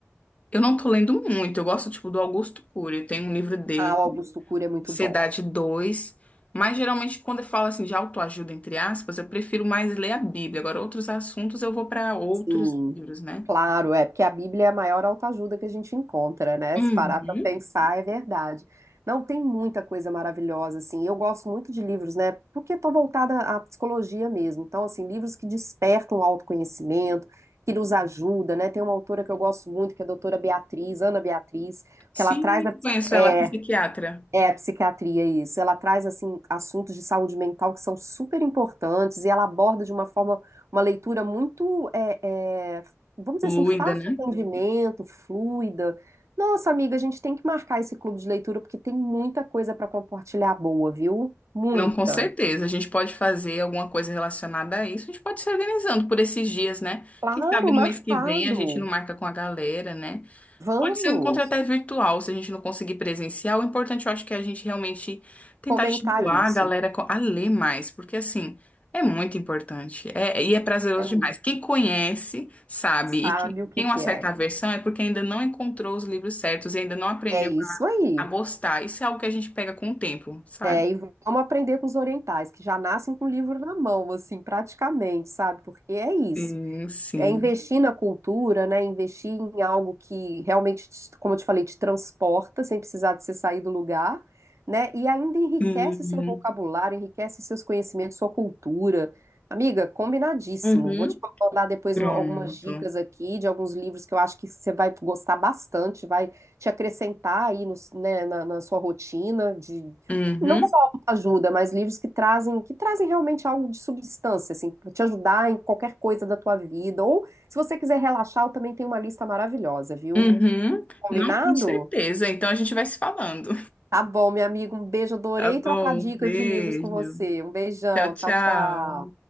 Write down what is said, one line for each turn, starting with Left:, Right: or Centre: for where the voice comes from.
Left: Eu não tô lendo muito, eu gosto, tipo, do Augusto Cury, tem um livro dele,
Right: Ah, o Augusto Cury é muito
Left: Ansiedade
Right: bom.
Left: dois. mas geralmente quando eu falo, assim, de autoajuda, entre aspas, eu prefiro mais ler a Bíblia. Agora, outros assuntos eu vou para outros
Right: Sim,
Left: livros, né?
Right: claro, é porque a Bíblia é a maior autoajuda que a gente encontra, né?
Left: Uhum.
Right: Se parar para pensar, é verdade. Não, tem muita coisa maravilhosa, assim. Eu gosto muito de livros, né? Porque estou voltada à psicologia mesmo. Então, assim, livros que despertam o autoconhecimento, que nos ajuda, né? Tem uma autora que eu gosto muito, que é a doutora Beatriz, Ana Beatriz,
Left: Sim,
Right: que ela traz a,
Left: conheço
Right: é,
Left: ela, é psiquiatra.
Right: é, a psiquiatria, isso. Ela traz, assim, assuntos de saúde mental que são super importantes e ela aborda de uma forma, uma leitura muito, é, é, vamos
Left: Fluida,
Right: dizer assim, fácil
Left: né?
Right: de entendimento, fluida. Nossa, amiga, a gente tem que marcar esse clube de leitura porque tem muita coisa para compartilhar boa, viu? Muita.
Left: Não, com certeza. A gente pode fazer alguma coisa relacionada a isso. A gente pode se organizando por esses dias, né?
Right: Claro,
Left: Quem sabe no
Right: marcado.
Left: mês que vem a gente não marca com a galera, né?
Right: Vamos
Left: Pode ser um encontro até virtual, se a gente não conseguir presencial. O importante, eu acho que é a gente realmente tentar
Right: comentar
Left: estimular
Right: isso.
Left: a galera co- a ler mais, porque assim, é muito importante. É, e é prazeroso
Right: É muito.
Left: demais. Quem conhece, sabe,
Right: Sabe
Left: e quem
Right: o que
Left: tem
Right: que
Left: uma certa
Right: é?
Left: aversão é porque ainda não encontrou os livros certos e ainda não aprendeu
Right: É isso aí.
Left: a gostar. Isso é algo que a gente pega com o tempo, sabe?
Right: É, E vamos aprender com os orientais, que já nascem com o livro na mão, assim, praticamente, sabe? Porque é isso.
Left: Sim, sim.
Right: É investir na cultura, né? Investir em algo que realmente, te- como eu te falei, te transporta, sem precisar de você sair do lugar, né? E ainda enriquece
Left: Sim.
Right: seu vocabulário, enriquece seus conhecimentos, sua cultura. Amiga, combinadíssimo.
Left: Uhum.
Right: Vou te mandar depois
Left: Pronto.
Right: um- algumas dicas aqui de alguns livros que eu acho que você vai gostar bastante, vai te acrescentar aí no- né, na, na sua rotina de
Left: Uhum,
Right: não ajuda, mas livros que trazem que trazem realmente algo de substância, assim, para te ajudar em qualquer coisa da tua vida. Ou se você quiser relaxar, eu também tenho uma lista maravilhosa, viu?
Left: uhum.
Right: Combinado?
Left: Não, com certeza. Então a gente vai se falando.
Right: Tá bom, meu amigo, um beijo, adorei
Left: Tá bom,
Right: trocar dicas
Left: beijo.
Right: de livros com você. Um beijão,
Left: Tchau,
Right: tchau,
Left: tchau.
Right: tchau.